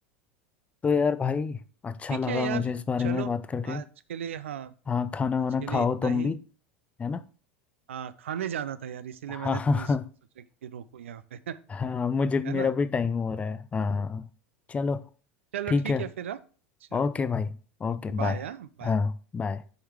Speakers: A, on the left; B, on the right.
A: तो यार भाई अच्छा
B: ठीक
A: लगा
B: है यार
A: मुझे इस बारे
B: चलो
A: में बात करके
B: आज के लिए हाँ
A: हाँ खाना
B: आज
A: वाना
B: के लिए
A: खाओ
B: इतना
A: तुम
B: ही
A: भी है ना
B: हाँ खाने जाना था यार इसीलिए
A: हाँ
B: मैंने
A: हाँ
B: तुम्हें सोचा कि रोको यहाँ पे <laughs>
A: हाँ हाँ, मुझे मेरा
B: है ना
A: भी टाइम हो रहा है हाँ हाँ चलो
B: चलो
A: ठीक
B: ठीक
A: है
B: है फिर हाँ चलो
A: ओके भाई Okay
B: ओके
A: bye
B: बाय हाँ बाय
A: हाँ बाय